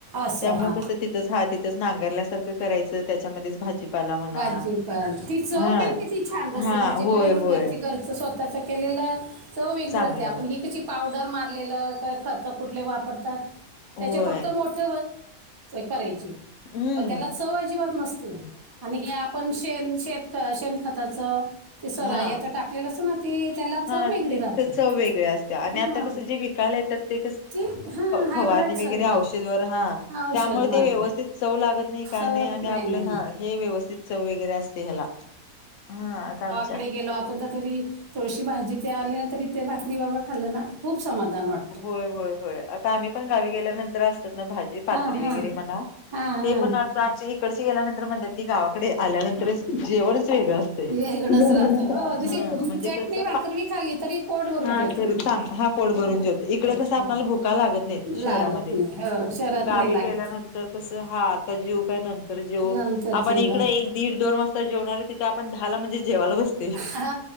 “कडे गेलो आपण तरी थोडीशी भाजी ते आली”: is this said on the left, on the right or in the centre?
Right